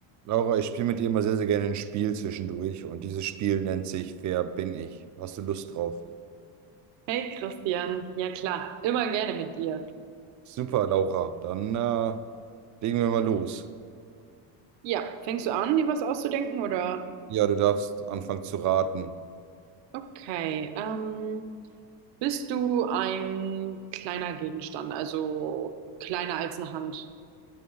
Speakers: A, on the right; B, on the right.
A: Laura, ich spiele mit dir immer sehr, sehr gerne ein Spiel zwischendurch und dieses Spiel nennt sich Wer bin ich? Hast du Lust drauf?
B: Hey Christian, ja klar, immer gerne mit dir.
A: Super, Laura, dann äh, legen wir mal los.
B: Ja, fängst du an, dir was auszudenken oder?
A: Ja, du darfst anfangen zu raten.
B: Okay, ähm, bist du ein kleiner Gegenstand, also kleiner als eine Hand?